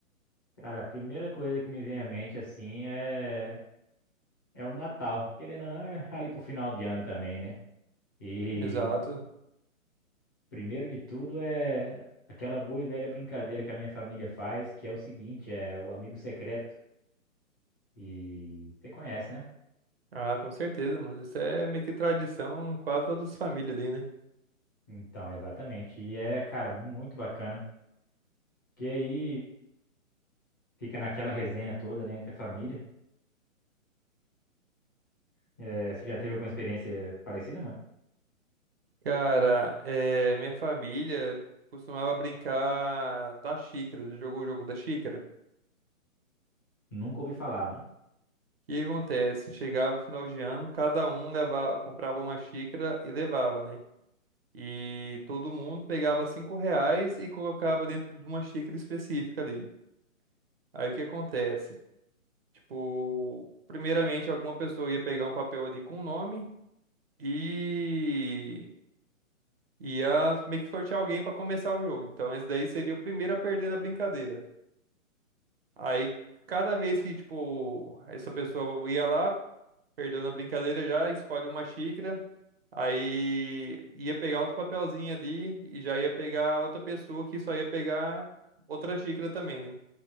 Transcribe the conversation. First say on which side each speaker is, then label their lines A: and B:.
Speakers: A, on the left (about 15°); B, on the right (about 45°).
A: Cara, a primeira coisa que me vem à mente assim é é o Natal. Querendo ou não, é ali pro final de ano também, né? E
B: Exato.
A: primeiro de tudo é aquela boa e velha brincadeira que a minha família faz, que é o seguinte, é o amigo secreto. E você conhece, né?
B: Ah, com certeza, mano. Isso é meio que tradição em quase todas as famílias ali, né?
A: Então, exatamente. E é, cara, muito bacana. Que aí fica naquela resenha toda, né, entre a família. É, você já teve alguma experiência parecida, mano?
B: Cara, é, minha família costumava brincar da xícara. Jogou o jogo da xícara?
A: Nunca ouvi falar, mano.
B: O que que acontece? Chegava o final de ano, cada um levava, comprava uma xícara e levava, né? E todo mundo pegava cinco reais e colocava dentro de uma xícara específica ali. Aí o que acontece? Tipo, primeiramente, alguma pessoa ia pegar um papel ali com o nome e ia meio que sortear alguém para começar o jogo. Então, esse daí seria o primeiro a perder na brincadeira. Aí, cada vez que, tipo, essa pessoa ia lá, perdeu na brincadeira já, escolhe uma xícara. Aí ia pegar outro papelzinho ali e já ia pegar outra pessoa que só ia pegar outra xícara também, né?